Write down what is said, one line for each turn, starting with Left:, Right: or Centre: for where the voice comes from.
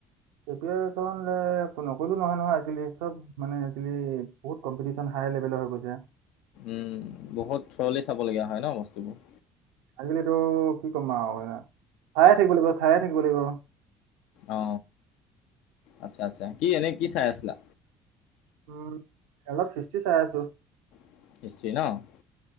Right: নকো, নহয়, নহয় আ, চব মানে বহুত কম্পিটিশন হাই লেভেলৰ হৈ, গৈছে।
Left: উম, বহুত চৰলি চাব লগগীয়া হয়, ন, বস্তুবোৰ।
Right: আজিকালিতো কি, ক'ম আৰু চায়ে থাকিব লাগিব, চায়ে থাকিব লাগিব।
Left: অ, আচ্ছা, আচ্ছা কি এনে কি চাই আছিলা।
Right: উম, অলপ ফিষ্টি চাই আছো।
Left: <unintelligible> ন',